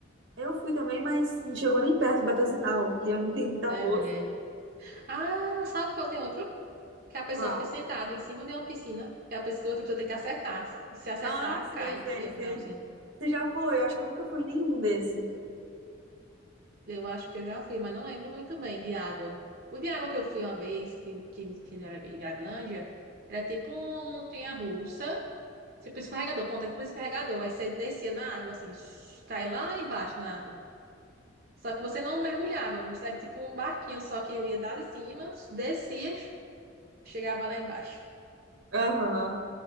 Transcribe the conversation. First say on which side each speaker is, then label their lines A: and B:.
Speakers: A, on the right; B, on the right.
A: Eu fui também, mas não chegou nem perto, bateu sinal, e eu não tenho muita
B: É,
A: força.
B: mulher. Ah, sabe qual tem outro? que a pessoa
A: Qual?
B: fica sentada em cima de uma piscina, que a pessoa- outra pessoa tem que acertar. E se acertar,
A: Ah,
B: cai
A: sei, sei,
B: dentro
A: sei.
B: da piscina.
A: Você já foi? Eu acho que eu nunca fui em nenhum desse.
B: Eu acho que eu já fui, mas não lembro muito bem de água. O de água que eu fui uma vez, que, tem- que, que era em Mirabilândia, era tipo uma montanha-russa, tipo escorregador, ponta, tipo escorregador. Aí você descia na água, assim, shh, cai lá embaixo na água. Só que você não mergulhava, você era tipo um barquinho, só que ia dar de cima, descia, chegava lá embaixo.
A: Aham.